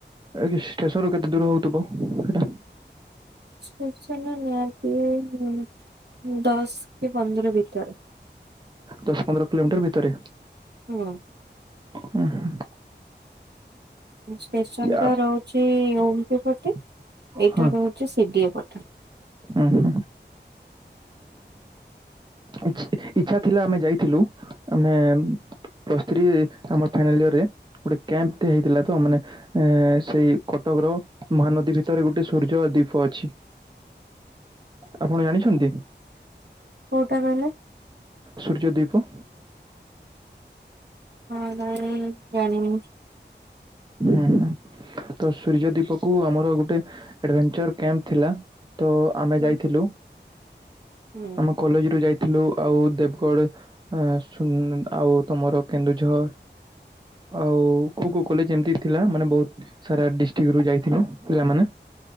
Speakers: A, on the right (about 25°); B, on the right (about 65°).
A: ଏ ଷ୍ଟେସନରୁ କେତେ ଦୂର ହଉଥିବ ସେଇଟା?
B: ଷ୍ଟେସନରୁ ନିହାତି ଦଶ କି ପନ୍ଦର ଭିତରେ।
A: ଦଶ ପନ୍ଦର କିଲୋମିଟର ଭିତରେ।
B: ହୁଁ।
A: ହୁ ହୁଁ।
B: ଷ୍ଟେସନ ଟା
A: ଆ
B: ରହୁଛି ଓମପି ପଟେ ଏଇଟା
A: ହଁ
B: ରହୁଛି ସିଡିଏ ପଟେ।
A: ଉଁ ହୁଁ। ଇଛ ଇଚ୍ଛା ଥିଲା ଆମେ ଯାଇଥିଲୁ ଆମେ ପ୍ଲସ ଥ୍ରି ଆମର ଫାଇନାଲ ୟରରେ ଗୋଟେ କ୍ୟାମ୍ପଟେ ହେଇଥିଲା ତ ମାନେ ଏ ସେଇ କଟକର ମହାନଦୀ ଭିତରେ ଗୋଟେ ସୂର୍ଯ୍ୟ ଦୀପ ଅଛି। ଆପଣ ଜାଣିଛନ୍ତି?
B: କୋଉଟା କହିଲେ?
A: ସୂର୍ଯ୍ୟ ଦୀପ
B: ହଁ ଜାଣିନି ଜାଣିନି ମୁଁ।
A: ହୁଁ ହଁ ତ ସୂର୍ଯ୍ୟ ଦୀପ କୁ ଆମର ଗୋଟେ ଆଡଭେଞ୍ଚର କ୍ୟାମ୍ପ ଥିଲା। ତ ଆମେ
B: ହୁଁ
A: ଯାଇଥିଲୁ
B: ହୁଁ
A: ଆମ କଲେଜରୁୁ ଯାଇ ଥିଲୁ ଆଉ ଦେବଗଡ଼ ଆସୁଛୁ ଆଉ ତମର କେନ୍ଦୁଝର ଆଉ କୋଉ କୋଉ କଲେଜ ଏମତି ଥିଲା ମାନେ ବହୁତ ସାରା ଡିଷ୍ଟ୍ରିକ ରୁ ଯାଇଥିଲୁ ପିଲାମାନେ।